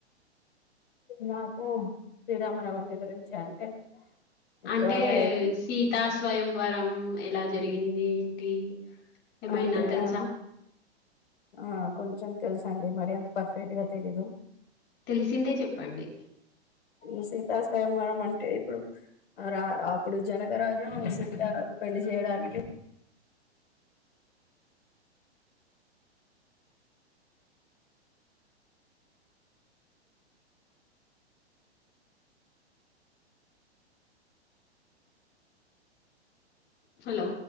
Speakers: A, on the left; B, on the left.
A: నాకు శ్రీరామనవమి గురించి అంటే ఎక్కువగా
B: అంటే
A: ఏం
B: సీతా స్వయం వరం ఎలా జరిగింది ఏంటి ఏమైనా
A: అంటే
B: తెలుసా
A: ఆ ఆ కొంచెం తెలుసండి మరి అంత పర్ఫెక్ట్ గా తెలీదు
B: తెలిసిందే చెప్పండి
A: ఊ సీతా స్వయంవరం అంటే ఇప్పుడు ఆ రా అప్పుడు జనకరాజూ సీత పెళ్లి చేయడానికి
B: హలో